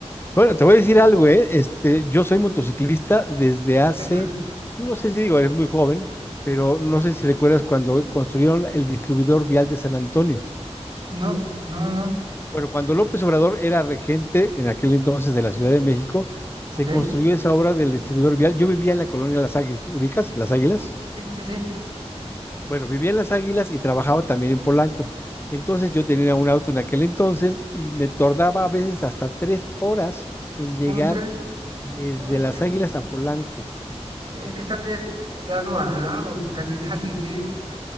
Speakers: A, on the left; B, on the right.
A: Bueno, te voy a decir algo, ¿eh? Este, yo soy motociclista desde hace,
B: ¿Qué tal?
A: tú no sé si digo, eres muy joven, pero no sé si recuerdas cuando construyeron el distribuidor vial de San Antonio.
B: No, no, no, no.
A: Bueno, cuando López Obrador era regente en aquel entonces de la Ciudad de México, se
B: Ok.
A: construyó esa obra del distribuidor vial. Yo vivía en la colonia Las Águilas, ¿ubicas? Las Águilas.
B: Sí, sí, sí.
A: Bueno, vivía en Las Águilas y trabajaba también en Polanco. Entonces yo tenía un auto en aquel entonces y me tardaba a veces hasta tres horas en llegar
B: ¿Cómo crees?
A: desde
B: Uy,
A: Las
B: era muchísimo.
A: Águilas a Polanco.
B: Es que están de lado a lado, casi, casi, sí.